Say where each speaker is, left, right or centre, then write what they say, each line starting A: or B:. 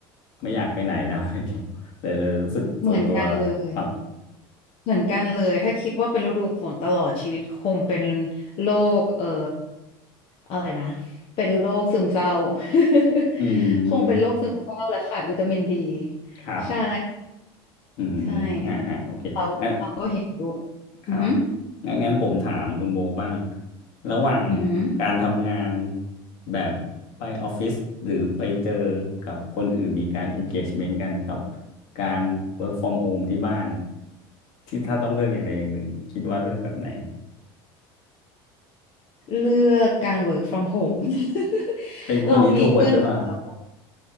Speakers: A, on the left (about 65°); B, on the left (about 50°).
A: ไม่อยากไปไหนแล้ว <laughs> เลยเลยรู้สึกส่วนตัว
B: เหมือนกันเลย
A: ครับ
B: เหมือนกันเลยถ้าคิดว่าเป็นฤดูฝนตลอดชีวิตคงเป็นโรคเอ่ออะไรนะเป็นโรคซึมเศร้า <laughs>
A: อืม
B: คงเป็นโรคซึมเศร้าและขาดวิตามินดี
A: ครับ
B: ใช่
A: อืมฮะฮะโอเคงั้น
B: ใช่เราเราก็เห็นด้วย
A: ครับ
B: อือหือ
A: งั้นงั้นผมถามคุณโบบ้างระหว่าง
B: อือหือ
A: การทำงานแบบไปออฟฟิศหรือไปเจอกับคนอื่นมีการ engagement กันกับการ work from home ที่บ้านที่ถ้าต้องเลือกอย่างใดอย่างหนึ่งคิดว่าเลือกแบบไหน
B: เลือกการ work from home <laughs>
A: เป็นคน
B: เรามีเพื่อนของเรา
A: introvert หรือเปล่า